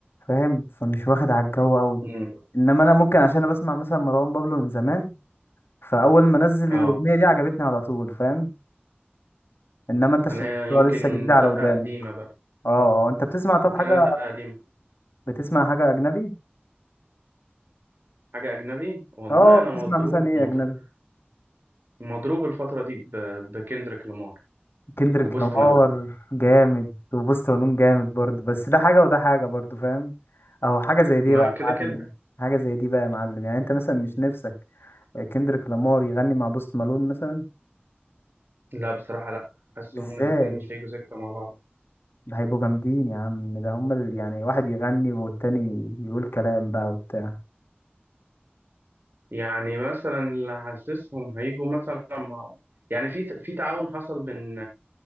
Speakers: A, on the left (about 70°); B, on the right (about 60°).
A: فاهم فمش واخد على الجو قوي
B: امم
A: انما انا ممكن عشان انا بسمع مثلا مروان بابلو من زمان فاول ما نزل
B: اه
A: الاغنيه دي عجبتني على طول فاهم انما انت عشان
B: انا
A: الموضوع
B: يمكن
A: لسه جديد على
B: دقة
A: ودانك
B: قديمة بقى
A: اه آه، انت بتسمع طب
B: يمكن
A: حاجه
B: انا دقة قديمة
A: بتسمع حاجه اجنبي
B: حاجة اجنبي والله
A: اه
B: انا مضروب
A: بتسمع مثلا ايه
B: مضروب,
A: اجنبي
B: مضروب الفترة دي ب- بكندريك لامار
A: كندريك
B: وبوست
A: لامار
B: مالون
A: جامد وبوست ونون جامد برضه بس ده حاجه وده حاجه برضه فاهم اهو حاجه زي دي
B: ما
A: بقى يا
B: كده
A: معلم
B: كده
A: حاجه زي دي بقى يا معلم يعني انت مثلا مش نفسك كندريك لامار يغني مع بوست مالون مثلا
B: لا بصراحة لا حاسسهم
A: ازاي
B: الاتنين مش هيجوا سكة مع بعض
A: ده هيبقوا جامدين يا عم ده هما ال- يعني واحد يغني والتاني يقول كلام بقى وبتاع
B: يعني مثلا اللي حاسسهم هيجوا مثلا مع يعني في في تعاون حصل بين